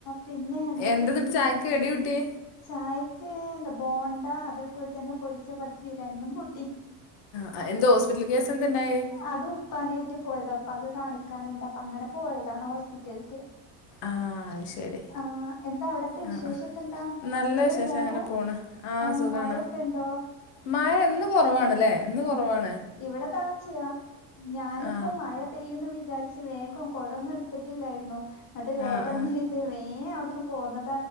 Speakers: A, on the left; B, on the left.
A: പിന്നെ എന്ത
B: എന്തട്ട് ചായക്ക് കടി കൂട്ടിയേ
A: ചായക്ക് എന്താ ബോണ്ട അതേപോലെ തന്നെ പൊരിച്ച പത്തിരി രണ്ടും കൂട്ടി.
B: ആ എന്തോ ഹോസ്പിറ്റൽ കേസ് എന്താ ഉണ്ടായേ
A: അത് ഉപ്പാനായിട്ട് പോയതാ ഉപ്പാ കാണിക്കാനുണ്ട് അപ്പ അങ്ങനെ പോയതാണ് ഹോസ്പിറ്റൽക്ക്.
B: ആ അയ് ശെരി.
A: ആഹ് എന്താ അവിടത്തെ
B: അ
A: വിശേഷൊക്കെ
B: അ
A: എന്താ
B: നല്ല
A: സുഖല്ലേ
B: വിശേഷം
A: അവിടെ
B: അങ്ങനെ പോണ്. ആ
A: ആഹ്
B: സുഖാണ്.
A: മഴൊക്കെ ഉണ്ടോ
B: മയയിന്ന് കൊറവാണ്ല്ലേ ഇന്ന് കൊറവാണ്.
A: ഇവിടെ താച്ച്യാ ഞാനിപ്പ
B: ആ
A: മഴ പെയ്യുന്ന വിചാരിച്ച് വേഗം കൊടൊന്നും എടുത്തിട്ടില്ലായിരുന്നു. എന്ന്ട്ട് വേഗം
B: ആ ആ
A: എന്തെയ്ത് വേഗം അവിടുന്ന് പോന്ന